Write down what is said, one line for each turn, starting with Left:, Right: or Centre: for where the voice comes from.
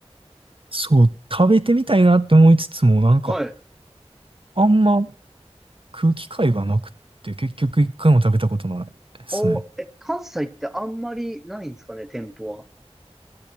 Right: そう、食べてみたいなって思いつつも、なんか、
Centre: はい。
Right: あんま食う機会がなくって結局一回も食べたことないですね。
Centre: お、え、関西ってあんまりないんですかね、店舗は。